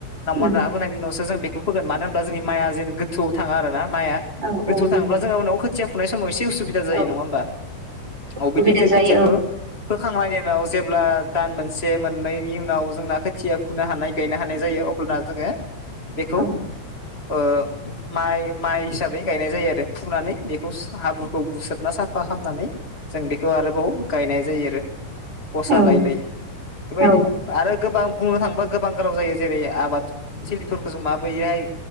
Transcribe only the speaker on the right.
उम
औ
औ नंगौ
औ
सुबिदा
जायो
औ
औ
औ